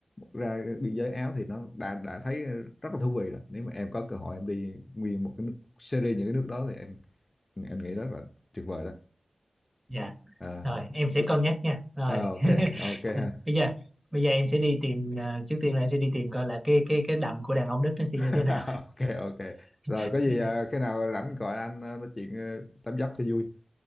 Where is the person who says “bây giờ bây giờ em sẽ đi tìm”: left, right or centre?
Centre